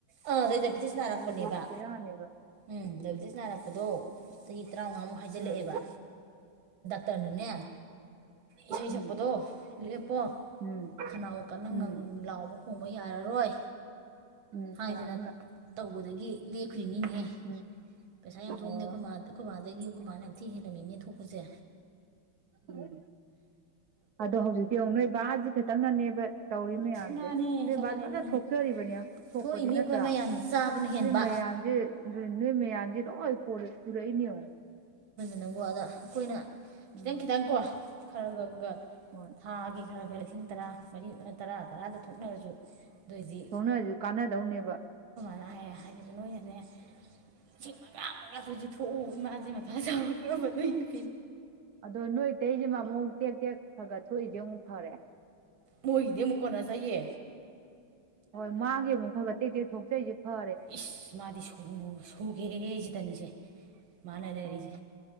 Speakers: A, on the right (about 80°); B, on the right (about 60°).
A: ꯑꯥ ꯗꯥꯏꯕꯦꯇꯤꯁ ꯅꯥꯔꯛꯄꯅꯦꯕ
B: ꯇꯕꯗꯤꯕꯤꯔꯥꯅꯦꯕ
A: ꯎꯝ ꯗꯥꯏꯕꯦꯇꯤꯁ ꯅꯥꯔꯛꯄꯗꯣ ꯆꯍꯤ ꯇꯔꯥꯃꯉꯥꯃꯨꯛ ꯍꯥꯏꯖꯤꯜꯂꯛꯑꯦꯕ
B: ꯎꯝ
A: ꯇꯅꯅꯦ ꯏꯁꯩ
B: ꯎꯝ
A: ꯁꯛꯄꯗꯣ ꯂꯦꯞꯄꯣ
B: ꯎꯝ
A: ꯈꯅꯥꯎ ꯀꯟꯅ ꯉꯪ
B: ꯎꯝ
A: ꯂꯥꯎꯕ ꯊꯣꯡꯕ ꯌꯥꯔꯔꯣꯏ
B: ꯎꯝ
A: ꯍꯥꯏꯗꯅ
B: ꯀꯅꯥꯅꯣꯝ ꯂꯥꯛ
A: ꯇꯧꯕꯗꯒꯤ ꯂꯦꯞ ꯁꯀ꯭ꯔꯤꯅꯤꯡ ꯍꯥꯏ
B: ꯎꯝ
A: ꯄꯩꯁꯥ ꯌꯥꯝ
B: ꯑꯣ
A: ꯊꯣꯛꯣꯡꯝꯃꯦ ꯑꯩꯈꯣꯏ ꯃꯥ ꯑꯩꯈꯣꯏ ꯃꯥꯕꯥꯗꯒꯤ ꯑꯩꯈꯣꯏ ꯃꯥꯅ ꯌꯥꯝ ꯊꯤ ꯍꯦꯜꯂꯅꯤ ꯃꯤꯅꯤ ꯊꯣꯒꯖꯦ
B: ꯎꯝ ꯑꯗꯣ ꯍꯧꯖꯤꯛꯇꯤ ꯑꯃꯨꯛ ꯅꯣꯏ ꯕꯥꯁꯤ ꯈꯛꯇꯪꯅꯅꯦꯕ ꯇꯧꯔꯤ ꯃꯌꯥꯝꯁꯦ
A: ꯃꯥꯅꯦ
B: ꯅꯣꯏ
A: ꯆꯠꯂꯥꯏꯔꯤꯅꯦ
B: ꯕꯥꯁ ꯐꯖꯅ ꯊꯣꯛꯆ ꯁꯔꯤꯕꯅꯤ ꯊꯣꯛꯄꯗꯤ
A: ꯊꯣꯛꯏꯃꯤ
B: ꯅꯠꯇ꯭ꯔꯥ
A: ꯑꯩꯈꯣꯏ ꯑꯃ
B: ꯑꯗꯨ
A: ꯌꯥꯝꯅ ꯆꯥꯕꯅ ꯍꯦꯟꯕ
B: ꯃꯌꯥꯝꯁꯦ ꯅꯣꯏ ꯃꯌꯥꯝꯖꯦ ꯂꯣꯏ ꯄꯨꯔꯦ ꯄꯨꯔꯛꯏꯅꯤ ꯌꯦꯡꯉꯨ
A: ꯅꯪꯒꯣ ꯑꯗ ꯑꯩꯈꯣꯏꯅ ꯈꯤꯇꯪ
B: ꯎꯝ
A: ꯈꯤꯇꯪꯀꯣ ꯈꯔ ꯈꯔꯒ
B: ꯍꯣꯏ
A: ꯊꯥꯒꯤ ꯈꯔ ꯈꯔ ꯂꯤꯁꯤꯡ ꯇꯔꯥ ꯃꯔꯤ ꯇꯔꯥ ꯇꯔꯥꯗ ꯊꯣꯛꯅꯔꯁꯨ ꯑꯗꯨꯑꯣꯏꯗꯤ
B: ꯁꯣꯡꯅꯔꯁꯨ ꯀꯥꯟꯅꯗꯧꯅꯦꯕ
A: ꯍꯥꯏꯈꯤꯕ ꯅꯣꯏꯅꯅꯦ ꯏꯁꯤꯡ ꯃꯉꯥ ꯃꯉꯁꯨ ꯊꯣꯛꯎ ꯃꯥꯅꯥꯖꯤ ꯃꯊꯥ ꯆꯥꯕ ꯈꯔꯝꯕ ꯅꯣꯏ
B: ꯑꯗꯣ ꯅꯣꯏꯇꯩꯁꯤꯃ ꯑꯃꯨ ꯇꯦꯛ ꯇꯦꯛ ꯈꯔ ꯈꯔ ꯊꯣꯛꯏꯁꯦ ꯑꯃꯨꯛ ꯐꯔꯦ
A: ꯃꯣꯏꯒꯤꯗꯤ ꯑꯃꯨꯛ ꯀꯣꯟꯅ ꯆꯌꯦ
B: ꯍꯣꯏ ꯃꯥꯒꯤꯦ ꯑꯃꯨꯛ ꯈꯔꯒ ꯇꯦꯛ ꯇꯦꯛ ꯊꯣꯛꯆꯔꯤꯁꯦ ꯐ
A: ꯏꯁ ꯃꯥꯗꯤ ꯁꯨꯒꯦ ꯁꯤꯗꯅꯤꯁꯦ ꯃꯅꯔꯦꯅꯤꯁꯦ
B: ꯑꯣ